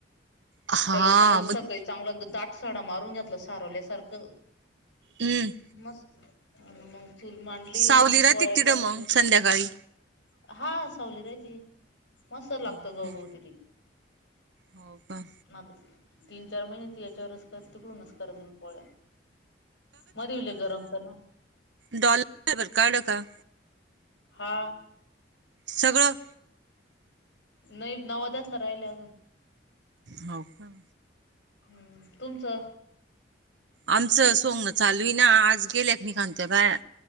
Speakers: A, on the right; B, on the left.
A: हा
B: त्याला काल
A: मग
B: सकाळी चांगलं दाट साडा मारून घातला सारवल्या सारखं
A: हम
B: मग. मग चूल मांडली
A: सावली
B: मग
A: राहते
B: पोळ्या
A: का तिथं
B: केल्या
A: मग संध्याकाळी
B: हा सवली राहिती मस्त लागत
A: हो
B: गव
A: का
B: गावतली.
A: हो का.
B: हा तर तीन चार महिने ती याच्यावरच जास्त करून आस करत जाईन पोळ्या. वारी लय गरमत ना.
A: डॉल <inaudible> काढलं का
B: हा.
A: सगळं.
B: नाही नवाद्यातलं राहिलय अजून.
A: हाव का.
B: हम. तुमचं?
A: आमचं सोंगण चालू आहे ना आज गेल्यात मी घालते बाया.